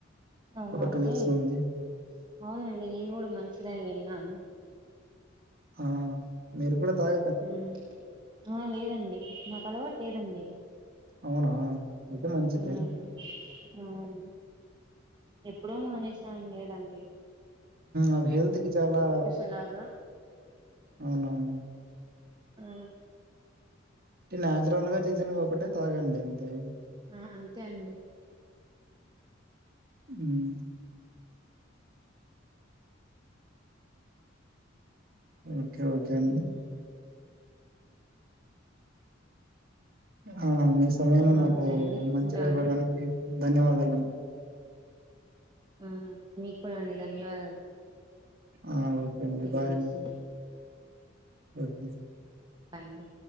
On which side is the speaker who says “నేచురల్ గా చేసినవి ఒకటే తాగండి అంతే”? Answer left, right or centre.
Right